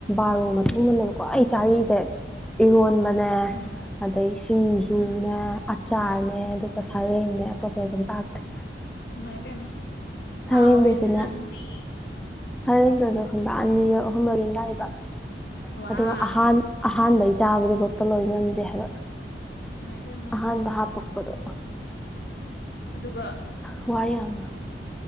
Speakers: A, in the centre; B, on the left.
A: ꯥꯔꯣ ꯃꯇꯨꯡꯗꯅꯦꯕꯀꯣ ꯑꯩ ꯆꯥꯔꯤꯁꯦ ꯏꯔꯣꯟꯕ ꯅꯦ
B: ꯎꯝ
A: ꯑꯗꯩ ꯁꯤꯡꯖꯨꯅꯦ
B: ꯎꯝ
A: ꯑꯆꯥꯔꯅꯦ ꯑꯗꯨꯒ ꯁꯔꯦꯡꯅꯦ ꯑꯇꯣꯞꯄ ꯀꯩꯝꯇꯥꯥꯛꯇꯦ
B: ꯃꯥꯏ ꯄꯦꯃ ꯍꯥꯎꯑꯣꯣꯏꯅꯦ
A: ꯁꯔꯦꯡꯗꯨꯁꯨꯅꯦ
B: ꯅꯪꯗꯤ
A: ꯁꯔꯦꯡꯗꯁꯨ ꯈꯪꯕ꯭ꯔ ꯑꯅꯤꯔ ꯑꯍꯨꯝꯂꯒꯤꯅ ꯂꯥꯛꯏꯕ
B: ꯋꯥ
A: ꯑꯗꯨꯒ ꯑꯍ ꯑꯍꯥꯟꯕꯩ ꯆꯥꯕꯗꯨꯐꯛꯇ ꯂꯣꯏ ꯉꯝꯗꯦ ꯍꯥꯏꯕ
B: ꯏꯃꯥꯏ ꯄꯦꯝꯃ
A: ꯑꯍꯥꯟꯕ ꯍꯥꯞꯄꯛꯄꯗꯣ
B: ꯑꯗꯨꯒ
A: ꯍ꯭ꯋꯥꯏ ꯑꯃ